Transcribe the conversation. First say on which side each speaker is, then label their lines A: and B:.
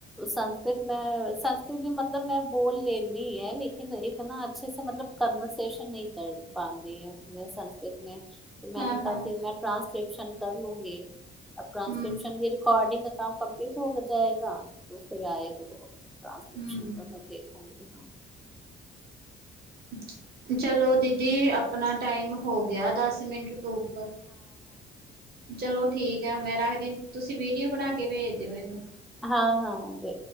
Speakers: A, in the centre; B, on the right.
A: ਸੰਸਕ੍ਰਿਤ ਮੈਂ, ਸੰਸਕ੍ਰਿਤ ਮਤਲਬ ਮੈਂ ਬੋਲ ਲੈਂਦੀ ਆ ਲੇਕਿਨ ਇਤਨਾ ਅੱਛੇ ਸੇ ਮਤਲਬ ਕਨਵਰਸੈਸ਼ਨ ਨਹੀਂ ਕਰ ਪਾਦੀ ਹੂਂ ਸੰਸਕ੍ਰਿਤ ਮ- ਮੈਨੇ
B: ਹਾਂ ਹਾਂ
A: ਕਾ ਫਿਰ ਮੈਂ ਟ੍ਰਾਂਸਲੇਟ- ਕਰ ਲੂੰਗੀ ਅਬ ਟ੍ਰਾਂਸਕ੍ਰਿਪਸ਼ਨ
B: ਹਮ
A: ਰਿਕੋਡਿੰਗ ਕਾ ਕੰਮ ਕੰਪਲੀਟ ਹੋ ਜਾਏਗਾ ਫਿਰ ਆਏਗਾ ਬ- ਟਰਾਂਸਕ੍ਰਿਪਸ਼ਨ
B: ਹਮ
A: ਦਾ <unintelligible> ਤੁ ਦੇਖਾਂਗੇ।
B: <unintelligible> ਚਲੋ, ਦੀਦੀ ਆਪਣਾ- ਟਾਈਮ ਹੋ ਗਿਆ ਦਸ- ਮਿੰਟ ਤੋਂ ਉੱਪਰ, ਚਲੋ ਠੀਕ ਹੈ। ਮੈਂ ਰੱਖਦੀ ਤੁਸੀਂ ਵੀਡੀਓ ਬਣਾ ਕੇ। ਭੇਜਦੇ ਹੋ ਮੈਨੂੰ।
A: ਹਾਂ- ਹਾਂ।